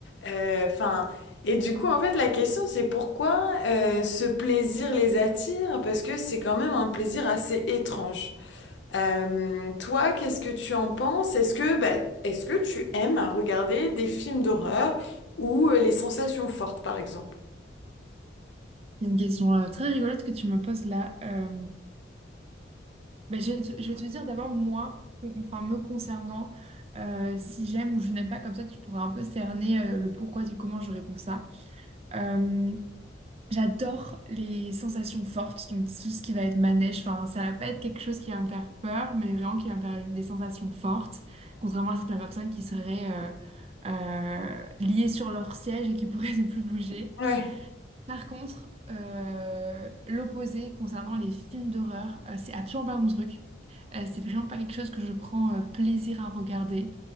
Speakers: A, on the left; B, on the right.
A: euh, 'fin, et du coup, en fait, la question, c'est pourquoi euh, ce plaisir les attire? Parce que c'est quand même un plaisir assez étrange. Euh, toi, qu'est-ce que tu en penses? Est-ce que, bah, est-ce que tu aimes regarder des films d'horreur ou euh, les sensations fortes, par exemple?
B: C'est Une question euh, très rigolote que tu me poses là. Euh, ben, je vais te, je vais te dire d'abord, moi, con- enfin, me concernant, euh, si j'aime ou je n'aime pas, comme ça, tu pourras un peu cerner euh, le pourquoi du comment je réponds ça. Euh, j'adore les sensations fortes, donc tout ce qui va être manège, enfin, ça va pas être quelque chose qui va me faire peur, mais vraiment qui va me faire une- des sensations fortes, contrairement à certaines personnes qui seraient euh, euh, liées sur leur siège et qui pourraient <laughs> ne plus bouger.
A: Ouais.
B: Par contre, euh, l'opposé concernant les films d'horreur, euh, c'est absolument pas mon truc. Euh, c'est vraiment pas quelque chose que je prends euh, plaisir à regarder.